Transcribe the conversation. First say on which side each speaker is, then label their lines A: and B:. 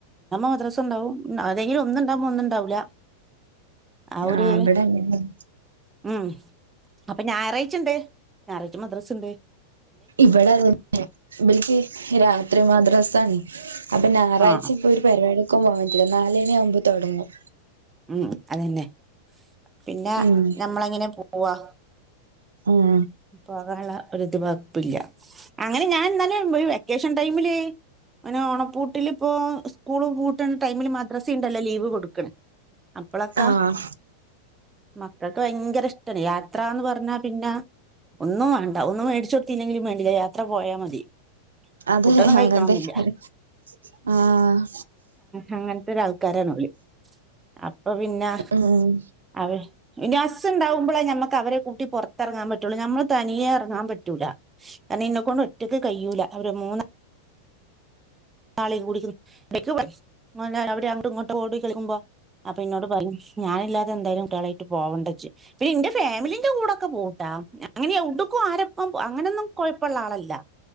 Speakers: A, on the right; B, on the right.
A: മദ്രസ ഉണ്ടാവുമ്പോ സ്ക്കൂൾണ്ടാവൂല ഏതെങ്കിലും ഒന്ന്ണ്ടാവുമ്പോ ഒന്ന്ണ്ടാവൂല്ല ആ ഒരു
B: ആഹ് ഇവിടെ അങ്ങനെന്നെ
A: ഉം അപ്പൊ ഞായറായിച്ചണ്ട് ഞാറായ്ച്ച മദ്രസണ്ട്
B: ഇവടെ തന്നെ ഇവല്ക്ക് രാത് ത്രി മദ്രസാണ് അപ്പൊ ഞാറാഴ്ച
A: ആ
B: ഇപ്പോ ഒരു പരിപാടിക്കു പോവാൻ പറ്റില്ല നാലണി ആവുമ്പോ തൊടങ്ങും
A: ഉം അതന്നെ പിന്നാ
B: ഉം
A: നമ്മളങ്ങെനെ പോവാ
B: ഉം
A: പോകാനുള്ള ഒരിത് വക്പ്പില്ല്യ അങ്ങനെ ഞാൻ ഇന്നലെ വെക്കേഷൻ ടൈമില് എങ്ങനെ ഓണപ്പൂട്ടിലിപ്പോ സ്കൂള്പൂട്ടണ ടൈമില് മദ്രസിണ്ടല്ലോ ലീവ് കൊടുക്കണ് അപ്പളൊക്കെ
B: ആഹ്
A: മക്കക്ക് വയങ്കരഷ്ടാണ് യാത്രാന്ന് പറഞ്ഞാപിന്നെ ഒന്നുംവാണ്ട ഒന്നും മേടിച്ചോടുതില്ലെങ്കിലു വേണ്ടില്ല യാത്ര പോയാൽ മതി
B: അതെ
A: ഫുഡൊന്നും കഴിക്കണംന്നില്ല
B: അങ്ങന്തന്നേണ് ആഹ്
A: അങ്ങൻത്തൊരാൾക്കാരാണോല് അപ്പൊപിന്നെ
B: ഉം
A: അവര് ഇനി ഹസ്സുണ്ടാവുമ്പളേ ഞമ്മക്ക് അവരെ കൂട്ടി പെർത്ത് എറങ്ങാൻ പറ്റുള്ളൂ നമ്മള് തനിയെ എറങ്ങാൻ പറ്റൂല കാരണഇന്നെക്കൊണ്ട് ഒറ്റക്ക് കയ്യൂലാ അവരമൂന്നാ ന്നാളീംകൂടി ഇടക്ക് <unintelligible> അവിടെ അങ്ങ്ട്ടു ഇങ്ങട്ട് ഓടി കളിക്കുമ്പോ അപ്പന്നോട് പറഞ്ഞു ഞാനില്ലാതെ എന്തായാലും കുട്ട്യളായിട്ട് പോവേച്ച് പിന്നെന്റെ ഫാമിലിന്റെ കൂടെക്കെ പോഉട്ടാ അങ്ങനെ എവുടുക്കും ആരപ്പം അങ്ങനൊന്നും കെഴപ്പള്ളാളല്ല.